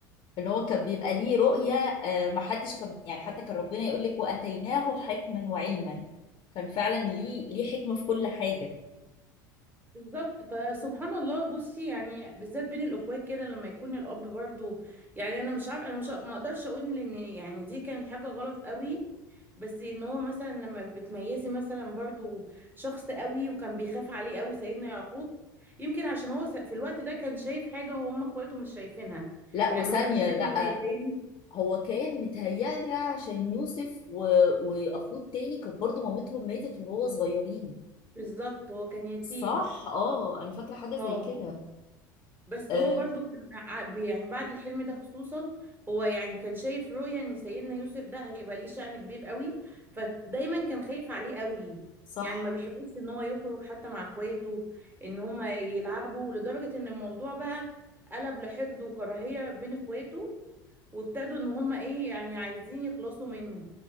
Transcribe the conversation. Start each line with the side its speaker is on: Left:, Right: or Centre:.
Left: ان هو كان بيبقى ليه رؤية آه، محدش كان يعني حتى كان ربنا يقول لك واتيناه حكما وعلما كان فعلا ليه ليه حكمة في كل حاجة
Right: بالظبط فسبحان الله بصي يعني بالذات بين الاخوات كده لما يكون الاب برضو يعني انا مش عارفه انا مش ما اقدرش اقول لان يعني دي كانت حاجه غلط قوي بس ان هو مثلا لما بتميزي مثلا برضو شخص قوي وكان بيخاف عليه قوي سيدنا يعقوب يمكن عشان هو س- في الوقت ده كان شايف حاجه هو هم اخواته مش شايفينها
Left: لا
Right: يعني
Left: وثانية
Right: هو كان شايف
Left: لا
Right: ان
Left: هو كان متهيألي عشان يوسف و... واخوه التاني كان برضه مامتهم ماتت وهو صغيرين
Right: بالظبط هو كان يتيم
Left: صح اه انا فاكرة حاجة زي
Right: اه
Left: كده
Right: بس
Left: آه
Right: هو برضو كان ع- بي- يعني بعد الحلم ده خصوصا هو يعني كان شايف رؤية ان سيدنا يوسف ده هيبقى ليه شأن كبير قوي فدايما كان خايف عليه قوي
Left: صح
Right: يعني ما بيحبوش ان هو يخرج حتى مع اخواته ان هم يلعبوا لدرجة ان الموضوع بقى قلب لحقد وكراهية بين اخواته وابتدوا ان هم ايه يعني عايزين يخلصوا منه